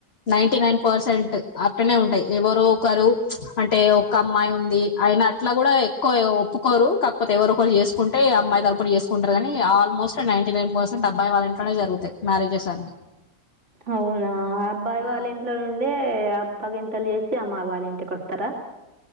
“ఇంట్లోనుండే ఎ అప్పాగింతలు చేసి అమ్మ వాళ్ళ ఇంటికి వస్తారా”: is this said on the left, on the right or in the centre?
Right